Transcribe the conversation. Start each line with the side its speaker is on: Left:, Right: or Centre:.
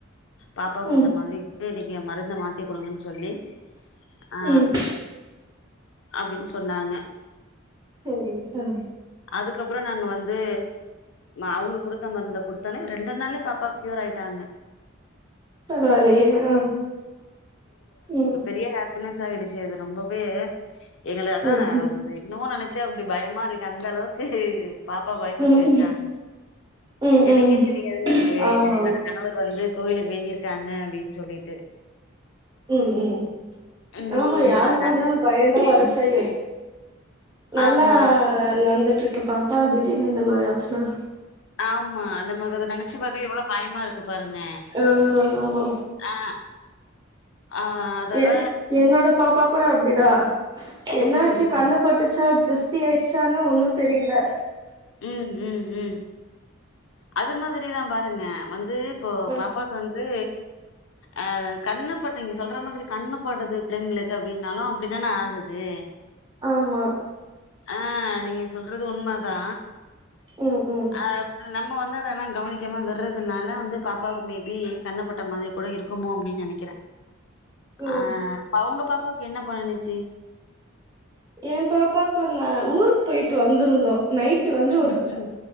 Left: பாப்பாவுக்கு
Right: ம்
Left: இந்த மாதிரி நீங்க மருந்த மாத்தி குடுங்கன்னு சொல்லி ஆ
Right: ம்
Left: அப்டின்னு சொன்னாங்க
Right: செரி டா
Left: அதுக்கப்புறோ நாங்க வந்து அவுங்க குடுத்த மருந்த குடுத்தஒடனே ரெண்டு நாள்ளே பாப்பாக் க்யோர் ஆயிட்டாங்க
Right: பரவாலயே ஆ ம்
Left: நெறையா ஹாப்பினஸ் ஆயிடுச்சு அது ரொம்பவே எங்களக் அதுதா
Right: ம்
Left: இன்னமு நெனைச்சா அப்டி பயமா இருக்கு அந்த அளவுக்கு பாப்பா பயமுர்த்தி
Right: ம்
Left: வெச்சாங்க
Right: ம் ம் ம்
Left: எனக்கே தெரியாது என்ன என்
Right: ஆமா
Left: என்னோட
Right: ஆமா
Left: கணவர் வந்து கோவிலுக்கு வேண்டியிருக் காங்க அப்டின்னு சொல்லிட்டு
Right: ம் ம்
Left: ம்
Right: ஆமா யாருக்காக
Left: அதன
Right: இருந்தாலு பயோந்தா வர செய்யு நல்லா
Left: ஆமா
Right: நடந்துட்டு இருக்கு பாப்பா திடீர்னு இந்த மாரி ஆச்சுனா
Left: ஆமா நமக்கு அத நெனைச்சு பாக்கவே எவ்ளோ பயமா இருக்கு பாருங்க
Right: ஆ ஆமா
Left: ஆ ஆ அதோட
Right: எ என்னோட பாப்பா கூட அப்டிதா என்னாச்சு
Left: ம் ம்
Right: கண்ணு பட்டுச்சா திருஷ்டி ஆயிச்சானு ஒன்னோ தெரில
Left: உம் உம் உம் அது மாதிரிதா பாருங்க வந்து இப்போ
Right: ஆ
Left: பாப்பாக்கு வந்து அ கண்ணுப்பட்டு நீங்க சொல்ற மாதிரி கண்ணுப்படுது பிள்ளைங்களுக்கு அப்டின்னாலு அப்டித்தானே ஆகுது
Right: ஆமா
Left: ஆ நீங்க சொல்றது உண்மதா
Right: ம் ம்
Left: அப் நம்ம வந்து அதெல்லா கவனிக்காம விடுறதுனால வந்து பாப்பாவுக்கு மேபி கண்ணப்பட்ட மாதிரி கூட இருக்குமோ அப்டின்னு நெனைக்குறே அ
Right: ம்
Left: அவுங்க பாப்பாவுக்கு என்ன பண்ணிச்சு
Right: ஏ பாப்பாவுக்கோந்தா ஊருக்கு போயிட்டு வந்துருந்தோ நைட்டு வந்து
Left: ம்
Right: ஒரு
Left: ம்